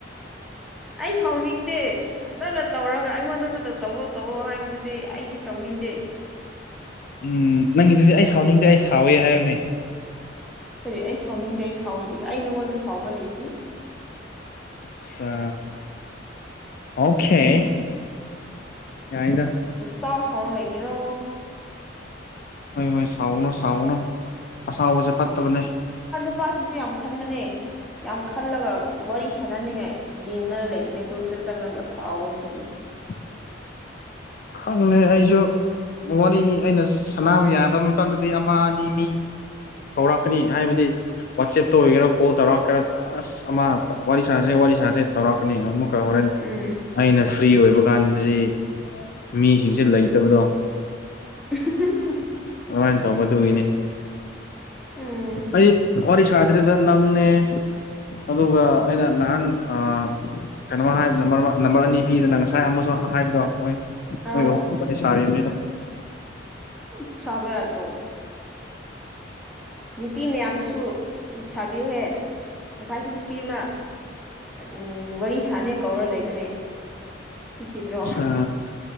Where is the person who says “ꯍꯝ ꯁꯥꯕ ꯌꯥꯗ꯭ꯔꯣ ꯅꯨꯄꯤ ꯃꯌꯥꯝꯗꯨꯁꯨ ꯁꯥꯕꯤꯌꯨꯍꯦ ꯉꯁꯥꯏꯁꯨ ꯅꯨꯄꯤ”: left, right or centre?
Centre